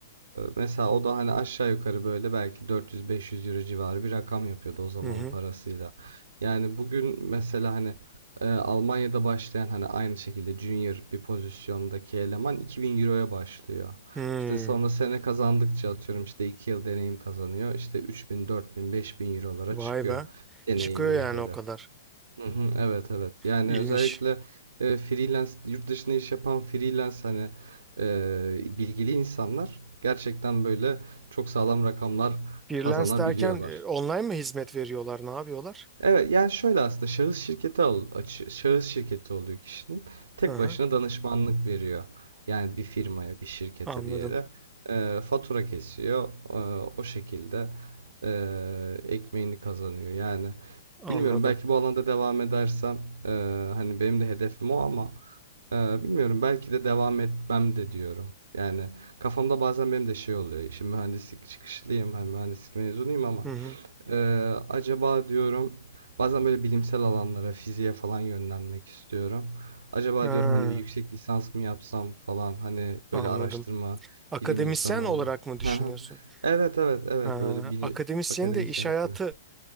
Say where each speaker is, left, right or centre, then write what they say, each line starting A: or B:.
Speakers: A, on the right; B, on the right.
A: mesela o da hani aşağı yukarı böyle belki 400-500 euro civarı bir rakam yapıyordu o zamanın
B: Hı hı.
A: parasıyla. Yani bugün mesela hani e, Almanya'da başlayan hani aynı şekilde junior bir pozisyondaki eleman 2000 euroya başlıyor.
B: Hmm.
A: İşte sonra sene kazandıkça atıyorum işte 2 yıl deneyim kazanıyor. İşte 3000, 4000, 5000 eurolara
B: Vay
A: çıkıyor
B: be.
A: deneyimine
B: Çıkıyor yani
A: göre.
B: o kadar.
A: Hı hı, evet evet. Yani
B: İyiymiş.
A: özellikle e, freelance yurt dışında iş yapan freelance hani e, bilgili insanlar gerçekten böyle çok sağlam rakamlar
B: Freelance
A: kazanabiliyorlar.
B: derken e, online mı hizmet veriyorlar? Ne yapıyorlar?
A: Evet yani şöyle aslında şahıs şirketi al, açı- şahıs şirketi oluyor kişinin. Tek
B: Hı hı.
A: başına danışmanlık veriyor. Yani bir firmaya, bir şirkete,
B: Anladım.
A: bir yere Ee, fatura kesiyor. Ee, o şekilde ee, ekmeğini kazanıyor. Yani
B: Anladım.
A: bilmiyorum belki bu alanda devam edersem ee, hani benim de hedefim o ama ee, bilmiyorum belki de devam etmem de diyorum. Yani kafamda bazen benim de şey oluyor. Şimdi mühendislik çıkışlıyım, hani mühendislik mezunuyum ama
B: Hı hı.
A: ee, acaba diyorum bazen böyle bilimsel alanlara, fiziğe falan yönlenmek istiyorum. Acaba
B: Ha,
A: diyorum hani bir yüksek lisans mı yapsam falan hani
B: anladım.
A: böyle araştırma,
B: Akademisyen
A: bilim insanı olma.
B: olarak mı
A: <laughs>
B: düşünüyorsun?
A: Aha. Evet evet evet
B: Ha,
A: böyle bilim
B: akademisyen
A: akademisyenlik
B: de iş hayatı
A: gibi.